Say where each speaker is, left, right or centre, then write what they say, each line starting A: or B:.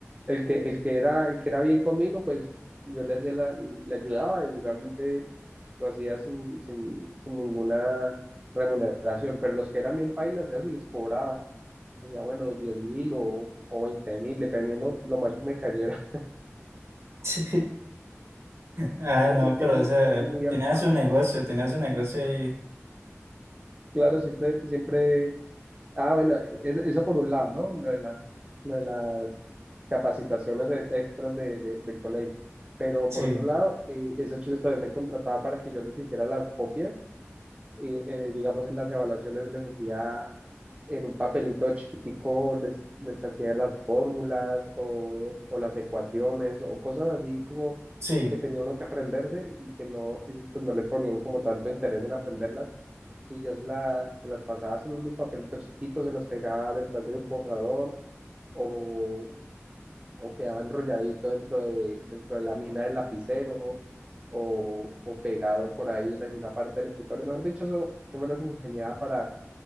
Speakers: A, on the right; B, on the right.
A: el que, el que era, el que era bien conmigo, pues yo le hacía la, le ayudaba y realmente lo hacía sin, sin, sin ninguna remuneración, pero los que eran bien pailas, eso sí les cobraba, hacía bueno, diez mil o, o veinte mil, dependiendo lo mal que me cayera,
B: Sí.
A: <laughs>
B: Ah,
A: sí, porque
B: no,
A: es que
B: pero
A: eran,
B: o sea,
A: eran muy alzados.
B: tenía su negocio, tenía su negocio ahí.
A: Claro, siempre, siempre, ah, bueno, eso, eso por un lado, ¿no? Lo de las, lo de las capacitaciones e- extras de, de- del colegio. Pero
B: Sí,
A: por otro lado, eh, esos chicos todavía me contrataban para que yo les hiciera las copias y eh, digamos en las evaluaciones les hacía en un papelito chiquitico, les, les hacía las fórmulas o, o las ecuaciones o cosas así como
B: sí.
A: que tenía uno que aprenderse y que no, ellos pues no le ponían como tanto interés en aprenderlas y yo se, la, se las pasaba en unos papelitos chiquitos, se los pegaba detrás de un borrador o, o quedaba enrolladito dentro de, dentro de la mina del lapicero o, o pegado por ahí en alguna parte del escritorio. Mejor dicho, eso yo me las ingeniaba para,